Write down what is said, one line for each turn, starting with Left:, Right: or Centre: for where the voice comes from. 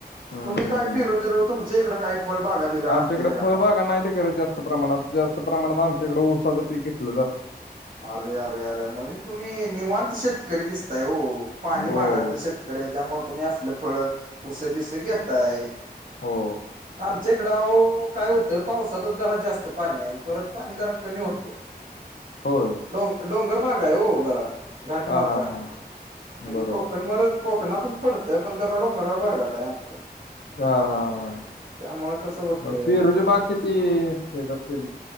Left: हं
Right: तुम्ही
Left: हं
Right: काय
Left: हं.
Right: पिरू
Left: हं.
Right: बिरू तुमच्या इकडें काय फळबागा बिगा
Left: आमच्याकडे
Right: असतेत्या का
Left: फळबागा नाही ते करत जास्त प्रमाणात जास्त प्रमाणात आमच्याकडें ऊसाचं पीक घेतलं जातं.
Right: अरे अरे अरे म्हणजे तुम्ही निवांत शेतकरी दिसताय हो पाणी
Left: हो
Right: भागात तर शेतकरी करय त्यामुळे तुम्ही असलं फळ उसे बिसे घेतय.
Left: हो
Right: आमच्या इकडा काय होतं पावसातच जरा जास्त पाणी आहे आणि परत पाणी जरा कमी होतं.
Left: होय
Right: डोंग डोंगर भाग आहे हो जरा घाटमाता
Left: हां हां हां
Right: म्हणजे
Left: बरोबर.
Right: कोकण म कोकणातच पडतय पण त्या डोंगराळ भागात आहे आमच
Left: हा हा.
Right: त्यामुळे तसं. होतं.
Left: मग फिरुजबाग किती हे जात के